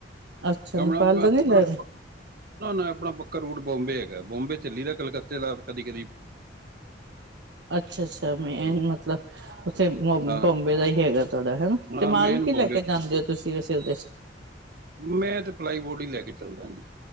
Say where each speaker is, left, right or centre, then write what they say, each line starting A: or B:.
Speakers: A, on the right; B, on the right.
A: ਅੱਛਾ ਨੇਪਾਲ
B: ਆਪਣਾ-ਆਪਣਾ-ਆਪਣਾ
A: ਦਾ ਨੀ ਲੈ ਰਹੇ
B: ਪੱਕਾ ਰੂਟ ਬਬੇ ਹੈ, ਬੋਮਬੇ ਚੱਲੀ ਦਾ ਕਲਕੱਤੇ ਦਾ ਕਦੀ-ਕਦੀ,
A: ਅੱਛਾ-ਅੱਛਾ ਮੇ
B: ਹਮ,
A: ਮਤਲਬ ਥੇ ਬੋਂਬੇ
B: ਹਾਂ
A: ਦਾ ਹੀ ਹੈਗਾ ਤੁਹਾਡਾ ਹੈਨਾ
B: ਹਾਂ
A: ਤੇ
B: ਮੇਨ
A: ਮਾਲਕੀ ਲੈ
B: ਬੰਬੇ
A: ਕੇ ਜਾਂਦੇ ਹੋ ਤੁਸੀਂ ਵਸੇ ਉਹਦੇ ਚ
B: ਮੈਂ ਤੇ ਪਲਾਈ ਬੋਰਡ ਹੀ ਲੈ ਕੇ ਚੱਲਦਾ ਜੀ।